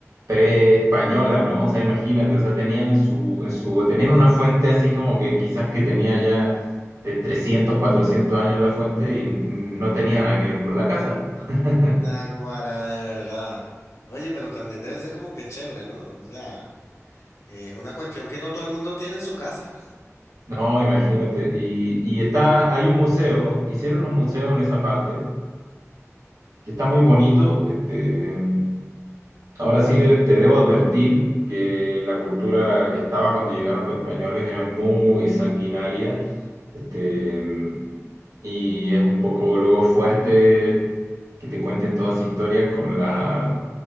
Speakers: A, on the right (about 80°); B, on the left (about 65°).
A: pre-española, ¿no? O sea, imagínate, o sea, tenían en su, en su, tenían una fuente así como que quizás que tenía ya de 300 400 años la fuente y no tenía nada que ver con la casa. <laughs>
B: Naguará, de verdad. Oye, pero también debe ser como que chévere, ¿no? O sea, es una cuestión que no todo el mundo tiene en su casa.
A: No, imagínate. Y, y está, hay un museo, hicieron un museo en esa parte, que está muy bonito, este, Ahora sí de- te debo advertir que la cultura que estaba cuando llegaron los españoles era muy sanguinaria, este, y es un poco luego fuerte que te cuenten toda esa historia con la,